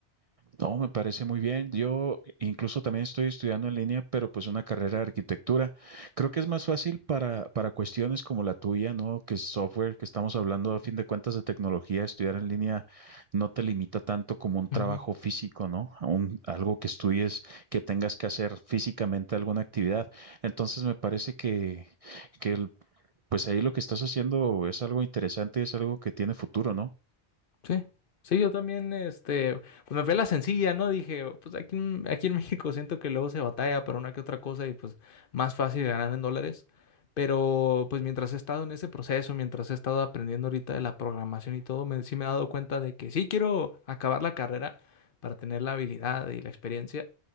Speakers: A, on the right (about 55°); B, on the left (about 55°).
A: No, me parece muy bien. Yo incluso también estoy estudiando en línea, pero pues una carrera de arquitectura. Creo que es más fácil para, para cuestiones como la tuya, ¿no? Que es software, que estamos hablando a fin de cuentas de tecnología, estudiar en línea no te limita tanto como un trabajo
B: ujú,
A: físico, ¿no? A un- algo que estudies, que tengas que hacer físicamente alguna actividad. Entonces me parece que, que el- pues ahí lo que estás haciendo es algo interesante, es algo que tiene futuro, ¿no?
B: Sí, sí, yo también, este, pues me fui a la sencilla, ¿no? Dije, pues aquí en, aquí en México siento que luego se batalla para una que otra cosa y pues más fácil ganar en dólares. Pero pues mientras he estado en ese proceso, mientras he estado aprendiendo ahorita de la programación y todo, me, sí me he dado cuenta de que sí quiero acabar la carrera para tener la habilidad y la experiencia,